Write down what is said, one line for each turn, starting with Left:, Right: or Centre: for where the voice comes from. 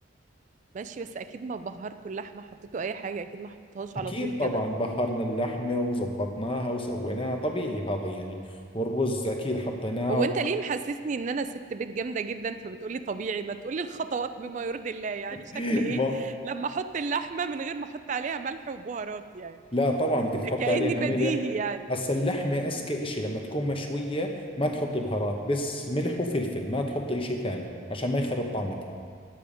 Right: ماشي بس اكيد ما بهرته اللحمه حطيته اي حاجه اكيد ما حطيتهاش
Left: أكيد
Right: على طول كده
Left: طبعا بهرنا اللحمة وزبطناها وسويناها طبيعي هذا يعني والرز أكيد حطيناه
Right: هو انت ليه محسسني ان انا ست بيت جامده جدا فبتقولي طبيعي ما تقولي الخطوات بما يرضي الله يعني شكلي
Left: <laughs>
Right: ايه
Left: ما
Right: لما احط اللحمه من غير ما احط عليها ملح وبهارات يعني
Left: لا طبعا بدك تحط
Right: كأني
Left: عليها
Right: بديهي
Left: ملح
Right: يعني
Left: هسا اللحمة أذكى إشي لما تكون مشوية ما تحطي بهارات بس ملح وفلفل ما تحطي إشي ثاني عشان ما يخرب طعمتها